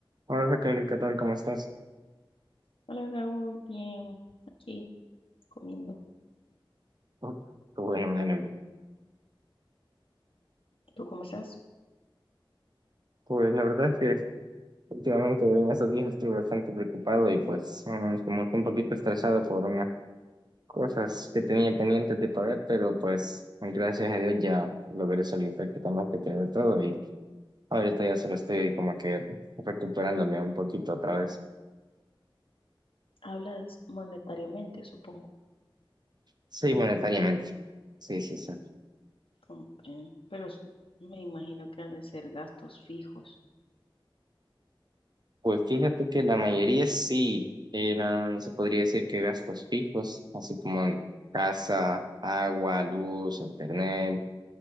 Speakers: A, on the right; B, on the left.
A: Hola Raquel, ¿qué tal? ¿Cómo estás?
B: Hola Raúl, bien, aquí comiendo.
A: Oh, qué bueno, me alegro.
B: ¿Tú cómo estás?
A: Pues la verdad es que últimamente en estos días estuve bastante preocupado y pues mm, como que un poquito estresado por unas cosas que tenía pendientes de pagar, pero pues gracias a Dios ya logré salir prácticamente que de todo y ahorita ya solo estoy como que recuperándome un poquito otra vez.
B: Hablas monetariamente, supongo.
A: Sí, monetariamente. Sí, sí, sí.
B: Comprendo. Pero s- me imagino que han de ser gastos fijos.
A: Pues fíjate que la mayoría sí eran, se podría decir que gastos fijos, así como de casa, agua, luz, internet.